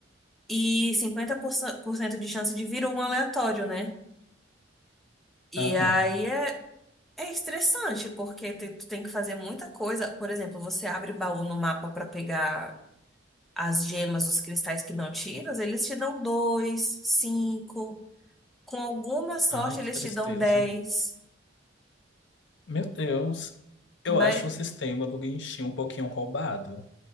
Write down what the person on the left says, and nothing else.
Aham.
Ai, que
tristeza.
Meu Deus. Eu
acho o sistema do Genshin um pouquinho roubado.